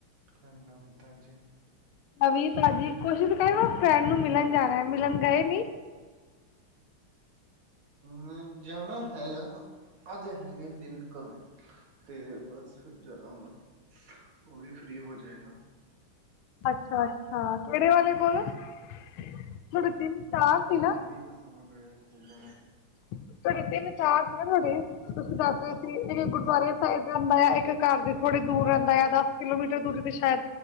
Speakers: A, on the right; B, on the left.
A: ਕੋਈ ਨਵੀਂ ਤਾਜੀ?
B: ਨਵੀ ਤਾਜੀ ਕੋਸ਼ਿਸ਼ ਕਰ ਮੈ ਫਰੈਂਡ ਨੂੰ ਮਿਲਣ ਜਾਣਾ ਹੈ ਮਿਲਣ ਗਏ ਨੀ।
A: ਮੈਂ ਜਾਣਾ ਹੈਗਾ, ਅੱਜ <unintelligible> ਤੇ ਬਸ ਫਿਰ ਜਾਣਾ ਵਾ, ਉਹ ਵੀ ਫ੍ਰਰੀ ਹੋ ਜਾਏ ਨਾ।
B: ਅੱਛਾ -ਅੱਛਾ ਕਿਹੜੇ
A: ਹਮ
B: ਵਾਲੇ ਕੋਲ, ਤੁਹਾਡੇ ਤਿੰਨ, ਚਾਰ
A: ਹੁਣ
B: ਸੀ
A: ਤੁਹਾਨੂੰ
B: ਨਾ।
A: ਕੀ ਦੱਸਾ ਤਹਾਨੂੰ? <unintelligible> ੜਆ ਕੋਲਦਾਣਾ
B: ਥੋਡੇ ਤਿੰਨ, ਚਾਰ ਸੀ ਨਾ ਤੁਹਾਡੇ। ਤੁਸੀਂ ਦਸਦੇ ਸੀ ਇੱਕ ਗੁਰਦੁਆਰੇ ਸਾਹਿਬ ਰਹਿੰਦਾ ਆ, ਇੱਕ ਘਰ ਦੇ ਥੋੜੇ ਦੂਰ ਰਹਿੰਦਾ ਆ ਉਹਦਾ ਕਿਲੋਮੀਟਰ ਤੋ ਕਿਤੇ ਸ਼ਾਇਦ